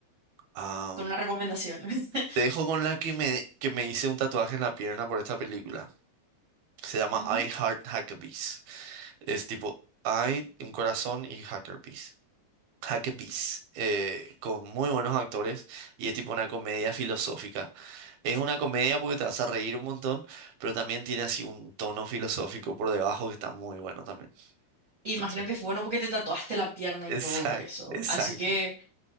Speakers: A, on the right; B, on the right.
A: am,
B: con una recomendación. <laughs>
A: te dejo con la que me, que me hice un tatuaje en la pierna por esta película. Se llama
B: Ujú.
A: I Heart Hackabees. Es tipo I, un corazón y Hackerbees. Hackabees, eh, con muy buenos actores y es tipo una comedia filosófica. Es una comedia porque te vas a reír un montón, pero también tiene así un tono filosófico por debajo que está muy bueno también.
B: Imagino
A: Entonces,
B: que fue bueno porque te tatuaste la pierna
A: exacto,
B: y todo por eso.
A: exacto.
B: Así que